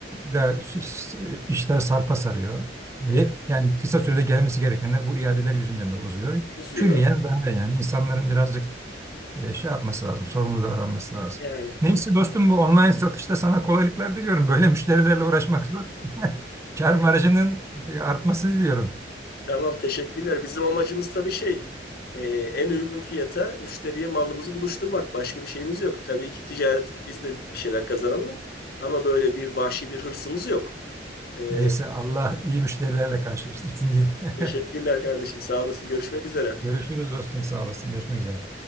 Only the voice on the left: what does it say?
evet.
Uzuyor.
Yani
Tamam teşekkürler. Bizim amacımız tabii şey e, en uygun fiyata müşteriye malımızı buluşturmak. Başka bir şeyimiz yok. Tabii ki ticaret biz de bir şeyler kazanalım ama böyle bir vahşi bir hırsımız yok. E,
teşekkürler kardeşim. Sağ olasın. Görüşmek üzere.